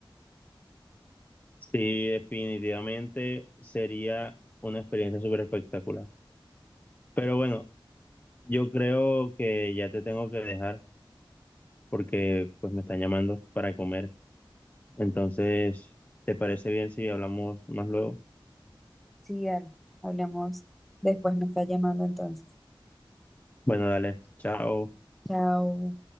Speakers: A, on the left; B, in the centre.
A: Sí, definitivamente sería una experiencia súper espectacular. Pero bueno, yo creo que ya te tengo que dejar porque pues me están llamando para comer. Entonces, ¿te parece bien si hablamos más luego?
B: Sí, dale, hablamos después, me está llamando entonces.
A: Bueno, dale, chao.
B: Chao.